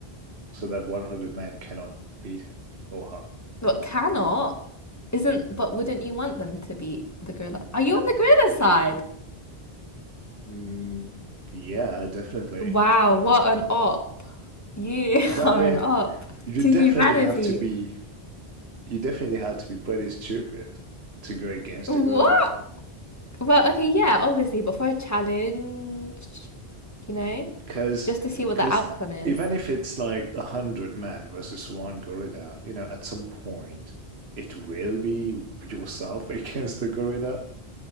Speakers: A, on the right; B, on the left.
A: so that 100 men cannot beat him or her?
B: but cannot isn't. But wouldn't you want them to be the gorilla? Are you on the gorilla side?
A: Mm, Yeah, definitely.
B: Wow, what an op! You
A: But
B: <laughs>
A: I
B: are
A: mean,
B: an op
A: you
B: to
A: definitely
B: humanity.
A: have to be you definitely have to be pretty stupid to go against
B: What?
A: a gorilla.
B: Well, okay, yeah, obviously, but for a challenge, you know,
A: because
B: just to see what
A: because
B: the outcome is.
A: even if it's like a hundred men versus one gorilla, you know, at some point it will be yourself <laughs> against the gorilla.